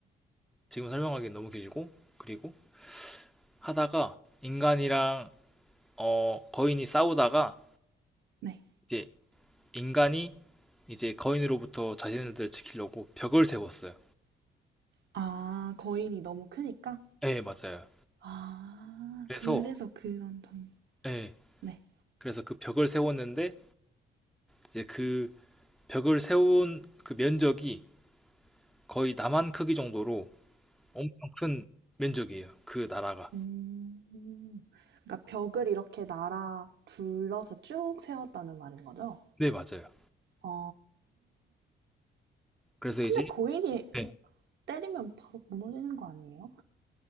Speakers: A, in the centre; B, on the right (about 65°).
A: 지금 설명하기엔 너무 길고 그리고 하다가 인간이랑 어, 거인이 싸우다가
B: 네.
A: 이제 인간이 이제 거인으로부터 자신을 지키려고 벽을 세웠어요.
B: 아, 거인이 너무 크니까?
A: 예, 맞아요.
B: 아,
A: 그래서
B: 그래서 그런 장면.
A: 예,
B: 네.
A: 그래서 그 벽을 세웠는데 이제 그 벽을 세운 그 면적이 거의 남한 크기 정도로 엄청 큰 면적이에요. 그 나라가.
B: 음, 그러니까 벽을 이렇게 날아 둘러서 쭉 세웠다는 말인 거죠?
A: 네, 맞아요.
B: 아,
A: 그래서
B: 근데
A: 이제
B: 거인이
A: 네.
B: 때리면 바로 무너지는 거 아니에요?